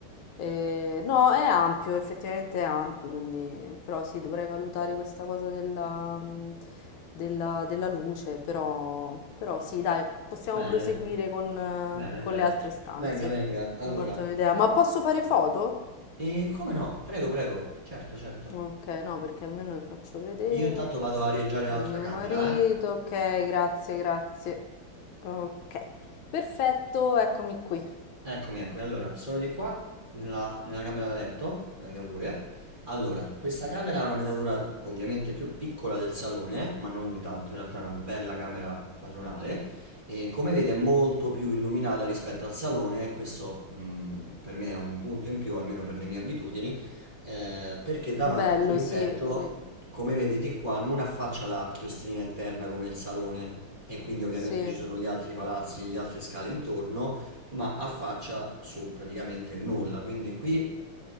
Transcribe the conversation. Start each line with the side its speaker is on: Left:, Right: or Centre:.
Left: eh, no, è ampio, effettivamente è ampio, quindi però sì, dovrei valutare questa cosa della, mm, della- della luce, però, però sì, dai, possiamo
Right: bene,
Left: proseguire con, eh,
Right: bene,
Left: con
Right: bene.
Left: le altre stanze,
Right: Venga, venga. Allora,
Left: mi ho fatto un'idea, ma posso fare foto?
Right: e come no? Prego, prego. Certo, certo.
Left: Okay, no, perché almeno le faccio vedere
Right: Io intanto vado a arieggiare
Left: a
Right: l'altra
Left: mio
Right: camera,
Left: marito.
Right: eh?
Left: Okay, grazie, grazie. Okay, perfetto, eccomi qui.
Right: Eccomi, eccomi. Allora, sono di qua, nella, nella camera da letto, venga pure. Allora, questa camera ha una metratura ovviamente più piccola del salone, ma non di tanto, in realtà è una bella camera padronale. E come vede è molto più illuminata rispetto al salone, e questo mh, per me è un punto in più, almeno per le mie abitudini, eh, perché davanti
Left: Bello,
Right: di rimpetto,
Left: sì, qui,
Right: come vede di qua, non affaccia la chiostrina interna come il salone, e quindi ovviamente
Left: sì,
Right: ci sono gli altri palazzi, le altre scale intorno ma affaccia su praticamente il nulla. Quindi qui